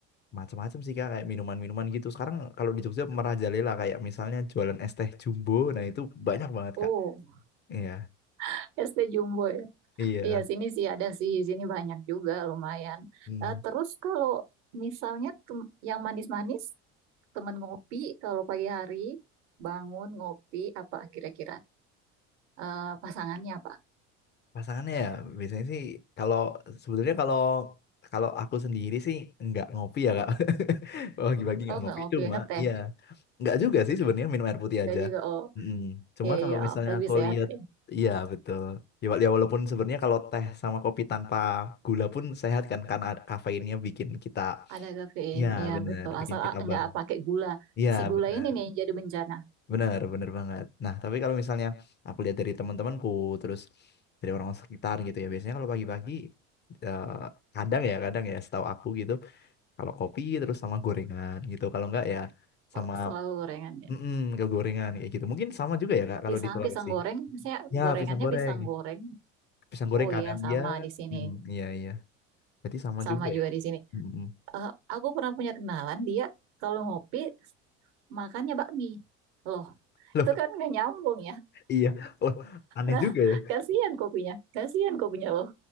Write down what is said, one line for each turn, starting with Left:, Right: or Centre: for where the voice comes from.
Left: macam-macam sih Kak, kayak minuman-minuman gitu. Sekarang kalau di Jogja merajalela kayak misalnya jualan es teh jumbo, nah itu banyak banget
Right: Oh,
Left: Kak. Iya,
Right: <laughs> SD Jumbo ya.
Left: iya.
Right: Iya, sini sih ada sih, sini banyak juga lumayan.
Left: Hmm.
Right: Eh, terus kalau misalnya tem- yang manis-manis, temen ngopi kalau pagi hari bangun ngopi apa kira-kira Eh, pasangannya apa?
Left: Pasangannya ya biasanya sih kalau sebenarnya kalau kalau aku sendiri sih nggak ngopi ya kak. <laughs> Oh, Pagi-pagi nggak
Right: Oh
Left: ngopi.
Right: nggak ngopi
Left: ngopi cuma
Right: ngeteh,
Left: iya nggak juga sih sebenarnya minum air putih
Right: nggak
Left: aja.
Right: juga oh
Left: Mm-mm. Cuma
Right: iya
Left: kalau
Right: iya
Left: misalnya
Right: oh, lebih
Left: aku
Right: sehat
Left: lihat
Right: ya.
Left: iya betul. Ya, wa- ya walaupun sebenarnya kalau teh sama kopi tanpa gula pun sehat kan karena ada kafeinnya bikin kita
Right: Ada kafein,
Left: iya
Right: iya
Left: benar
Right: betul.
Left: bikin
Right: Asal
Left: kita
Right: ah, nggak
Left: bangun.
Right: pakai gula.
Left: Iya
Right: Si gula
Left: benar.
Right: ini nih yang jadi bencana.
Left: Bener, bener banget. Nah, tapi kalau misalnya aku lihat dari teman-temanku, terus dari orang sekitar gitu ya, biasanya kalau pagi-pagi, eh, kadang ya, kadang ya, setahu aku gitu, kalau kopi terus sama gorengan gitu, kalau enggak ya sama
Right: Oh selalu gorengannya.
Left: mm ke gorengan kayak gitu. Mungkin sama juga ya Kak,
Right: Pisang
Left: kalau di Sulawesi.
Right: pisang goreng, misalnya
Left: Ya,
Right: gorengannya
Left: pisang goreng.
Right: pisang goreng.
Left: Pisang goreng
Right: Oh
Left: kadang
Right: iya sama
Left: ya.
Right: di sini,
Left: Mm, iya, iya. Jadi sama
Right: sama
Left: juga
Right: juga
Left: ya.
Right: di sini.
Left: Mm-mm.
Right: Eh, aku pernah punya kenalan dia kalau ngopi makannya bakmi. Loh,
Left: Loh,
Right: itu kan nggak nyambung ya.
Left: iya. Loh, aneh
Right: Nah,
Left: juga
Right: <laughs>
Left: ya.
Right: kasihan kopinya. Kasihan kopinya loh.